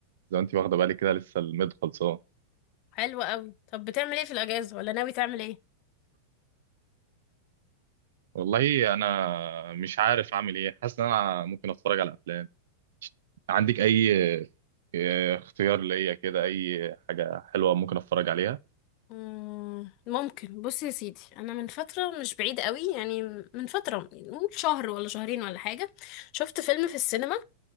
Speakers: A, on the right; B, on the left.
A: زي ما انت واخده بالك كده لسه الميد خلصان
B: حلو قوي طب بتعمل ايه في الاجازة ولا ناوي تعمل ايه
A: والله انا مش عارف اعمل ايه حاسس ان انا ممكن اتفرج على افلام عندك اي اه، اختيار ليا كده اي حاجه حلوه ممكن اتفرج عليها
B: مم، ممكن بص يا سيدي انا من فترة مش بعيد قوي يعني من فترة نقول شهر ولا شهرين ولا حاجة شفت فيلم في السينما